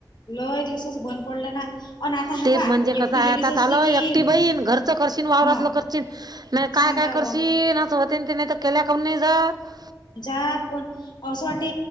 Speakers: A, on the left; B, on the right.
A: लय दिवसाच बंद पडलं ना अन आता हा
B: ते
A: पा
B: म्हणजे
A: एकटी
B: कसं आहे
A: लेडीज
B: आताात
A: असली
B: आल एकटी
A: की
B: बहीण घरचं करशन वावरातलं
A: हा
B: करशन नाही
A: सांगावा
B: काय काय करशील होते ते नाही तर केल्या काून नाही जात
A: जा पण असं वाटते